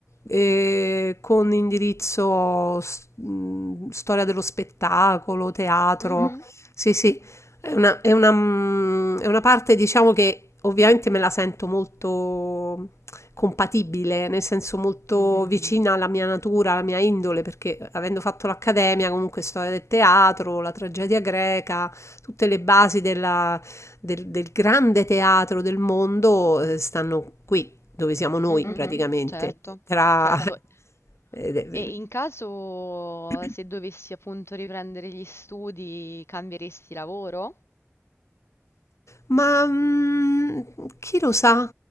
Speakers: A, on the left (about 80°); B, on the left (about 65°).
A: eh, con indirizzo s- mh, storia dello spettacolo, Mm. teatro.
B: Mhm,
A: Sì, sì, è una, è una, mm, è una parte, diciamo, che ovviamente me la sento molto compatibile, nel senso molto
B: mhm,
A: vicina alla mia natura, alla mia indole, perché avendo fatto l'accademia, comunque storia del teatro, la tragedia greca, tutte le basi della- del, del grande teatro del mondo eh, stanno qui, dove siamo noi
B: mhm,
A: Mhm. praticamente,
B: Certo,
A: Certo, tra
B: certo.
A: certo. <laughs>
B: E in caso
A: eh,
B: se dovessi appunto riprendere gli studi, cambieresti lavoro?
A: Ma mm, chi lo sa?